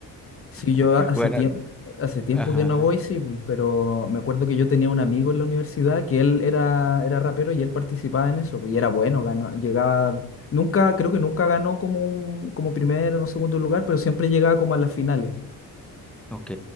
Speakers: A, on the left (about 35°); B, in the centre.
A: Sí, yo
B: <laughs>
A: ha- hace
B: Bueno,
A: tiempo, hace tiempo
B: ajá.
A: que no voy, sí, po, pero me acuerdo que yo tenía un amigo en la universidad que él era, era rapero y él participaba en eso, po, y era bueno, ganó, llegaba, nunca, creo que nunca ganó como, un- como primero o segundo lugar, pero siempre llegaba como a las finales.
B: Ok,